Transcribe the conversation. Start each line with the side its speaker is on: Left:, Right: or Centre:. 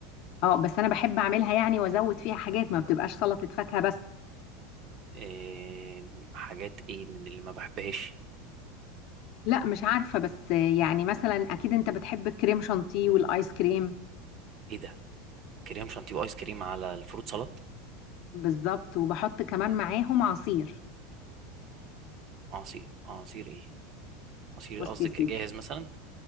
Left: اه بس انا بحب اعملها يعني وازود فيها حاجات ما بتبقاش سلطة فاكهة بس
Right: إيه حاجات ايه من اللي ما بحبهاش
Left: لا مش عارفة بس آه، يعني مثلا اكيد انت بتحب الكريم شانتيه والايس كريم
Right: ايه ده كريم شانتيه وايس كريم على الفروت سلطة
Left: بالظبط وبحط كمان معاهم عصير
Right: عصير عصير ايه عصير
Left: بص
Right: قصدك
Left: يا سيدي
Right: اجهز مثلا